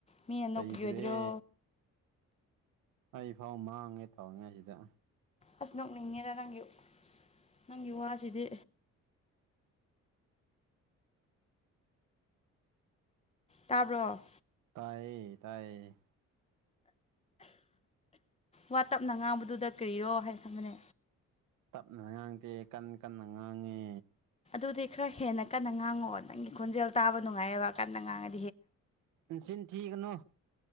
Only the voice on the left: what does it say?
ꯃꯤꯅ
ꯅꯣꯛꯄꯤꯔꯣꯏꯗ꯭ꯔꯣ
ꯑꯁ ꯅꯣꯛꯅꯤꯡꯉꯦꯗ ꯅꯪꯒꯤ ꯅꯪꯒꯤ ꯋꯥꯁꯤꯗꯤ ꯇꯥꯕ꯭ꯔꯣ
ꯋꯥ ꯇꯞꯅ ꯉꯥꯡꯕꯗꯨꯗ ꯀꯔꯤꯔꯣ ꯍꯥꯏꯅ ꯈꯝꯕꯅꯦ
ꯑꯗꯨꯗꯤ ꯈꯔ ꯍꯦꯟꯅ ꯀꯟꯅ ꯉꯥꯡꯉꯣ ꯅꯪꯒꯤ ꯈꯣꯟꯖꯦꯜ ꯇꯥꯕ ꯅꯨꯡꯉꯥꯏꯑꯕ ꯀꯟꯅ ꯉꯥꯡꯉꯦ